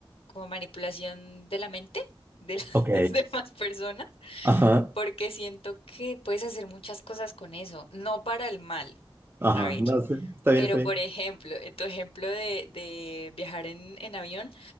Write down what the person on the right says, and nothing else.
Ok,
Ajá,
ajá.
no sé, está bien,
está bien.